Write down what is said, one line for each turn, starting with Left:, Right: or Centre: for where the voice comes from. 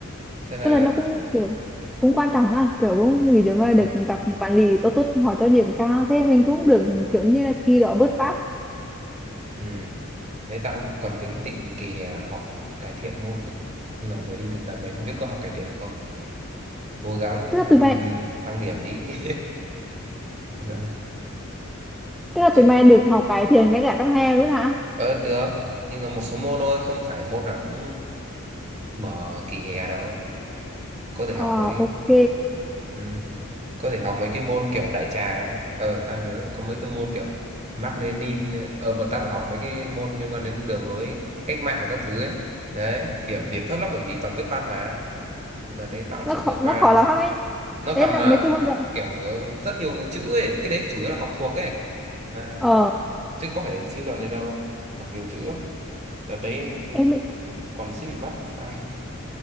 Right: Thế là
Centre: tức là nó cũng kiểu cũng quan trọng ha kiểu cũng vì
Right: ừ,
Centre: chúng mà được gặp quản lý tốt tốt hỏi cho điểm cao thế mình cũng được kiểu như là kỳ đó vớt vát
Right: ừ. Đấy tao cũng còn tính tịnh kỳ hè học cải thiện môn cơ nhưng mà vừa đi thực tập này không biết có học cải thiện được không cố gắng
Centre: tức
Right: ừ,
Centre: là tụi mày
Right: tăng điểm tí <laughs> dạ.
Centre: tức là
Right: chứ
Centre: tụi mày được học cải thiện ngay cả trong hè luôn hả
Right: ờ được nhưng mà một số môn thôi không phải môn nào cũng mở kỳ hè đâu có thể
Centre: ờ
Right: học mấy
Centre: ok
Right: Ừ. Có thể học mấy cái môn kiểu đại trà ấy. ờ tao nhớ là có mấy cái môn kiểu Mác Lênin ờ và tao phải học mấy cái môn liên quan đến đường lối cách mạng các thứ ấy đấy điểm điểm thấp lắm bởi vì toàn viết văn mà đợt đấy tao cũng
Centre: nó
Right: chỉ
Centre: khó
Right: vừa
Centre: nó
Right: qua
Centre: khó lắm ấy
Right: nó
Centre: em
Right: toàn
Centre: nó,
Right: là
Centre: mấy cái môn đó
Right: kiểu rất nhiều chữ ấy cái đấy chủ yếu là học thuộc ấy mà
Centre: ờ
Right: chứ có phải suy luận gì đâu học nhiều chữ lắm đợt đấy ừ,
Centre: em ấy-
Right: ừ, còn suýt bị bắt sao